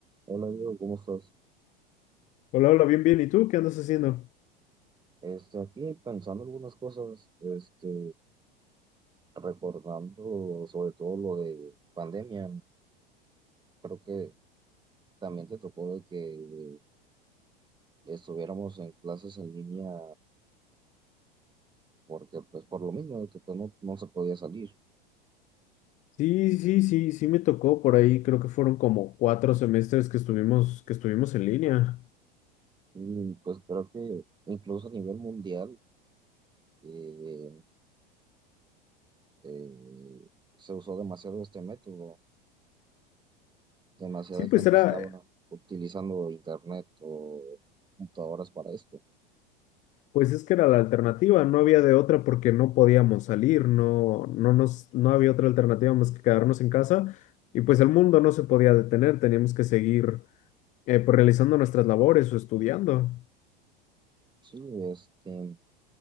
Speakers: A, on the right; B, on the left.
A: Hola Diego, ¿cómo estás?
B: Hola, hola, bien, bien. ¿Y tú qué andas haciendo?
A: Este, aquí pensando algunas cosas, este, recordando sobre todo lo de pandemia, creo que también te tocó de que estuviéramos en clases en línea porque pues por lo mismo de que pues, no, no se podía salir.
B: Sí, sí, sí, sí me tocó por ahí. Creo que fueron como cuatro semestres que estuvimos, que estuvimos en línea.
A: Y pues creo que incluso a nivel mundial eh, eh, se usó demasiado este método, demasiada
B: Sí, pues
A: gente
B: era,
A: estaba utilizando internet o computadoras para esto.
B: pues es que era la alternativa. No había de otra porque no podíamos salir. No, no nos, no había otra alternativa más que quedarnos en casa. Y pues el mundo no se podía detener. Teníamos que seguir, eh, pues realizando nuestras labores o estudiando.
A: Sí, este.